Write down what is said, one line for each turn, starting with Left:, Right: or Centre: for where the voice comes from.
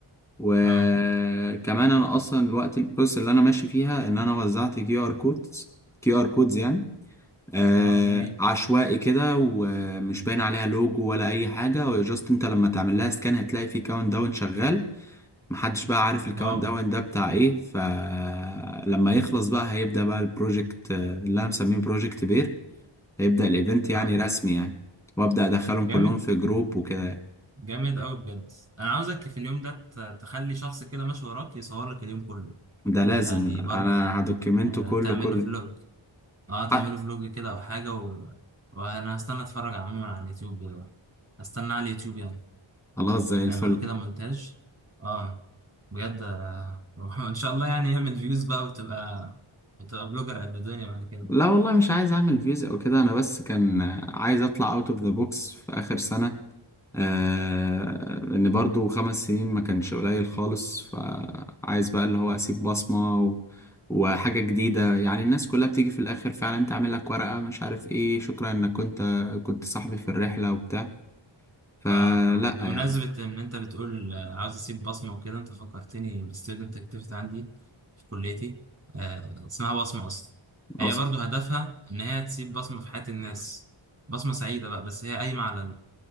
Centre: وكمان
Right: اه
Centre: انا اصلا الوقت البروسيس اللي انا ماشي فيها ان انا وزعت كيو ار كودز كيو ار كودز يعني آه،
Right: اه جميل
Centre: عشوائي كده ومش باين عليها لوجو ولا اي حاجه جاست انت لما تعمل لها سكان هتلاقي في كاونت داون شغال محدش بقى عارف الكاونت
Right: واو
Centre: داون ده بتاع ايه فلما يخلص بقى هيبدا بقى البروجكت آه، اللي انا مسميه بروجكت بير هيبدا الايفنت يعني
Right: اه
Centre: رسمي يعني وابدا ادخلهم كلهم
Right: جامد
Centre: في جروب وكده يعني.
Right: جامد قوي بجد انا عاوزك في اليوم ده ت- تخلي شخص كده ماشي وراك يصور لك اليوم كله
Centre: ده لازم
Right: يعني
Centre: انا
Right: برضه
Centre: هدوكيمنته
Right: آه
Centre: كله
Right: تعمله
Centre: كله
Right: فلوج اه تعمله
Centre: حق
Right: فلوج كده او حاجة و... وانا هستنى اتفرج عموما على اليوتيوب كده هستنى على اليوتيوب يعني
Centre: خلاص زي الفل
Right: تعمله كده مونتاج اه بجد آه، <laughs> وان شاء الله يعني يعمل فيوز بقى وتبقى وتبقى بلوجر قد الدنيا بعد كده
Centre: لا والله مش عايز اعمل فيوز او كده انا بس كان آه، عايز اطلع اوت اوف ذا بوكس في اخر سنه آه، لأن برضو خمس سنين ما كانش قليل خالص فعايز بقى اللي هو أسيب بصمة و... وحاجة جديدة يعني الناس كلها بتيجي في الآخر فعلا تعمل لك ورقة مش عارف إيه شكرا إنك كنت كنت صاحبي في الرحلة وبتاع فلا
Right: اه اه بمناسبة
Centre: يعني
Right: ان انت بتقول آه، عاوز اسيب بصمة وكده انت فكرتني بستودنت اكتيفيتي عندي في كليتي آه اسمها بصمة اصلا هي
Centre: أصلا
Right: برضو هدفها ان هي تسيب بصمة في حياة الناس بصمة سعيدة بقى بس هي قايمة على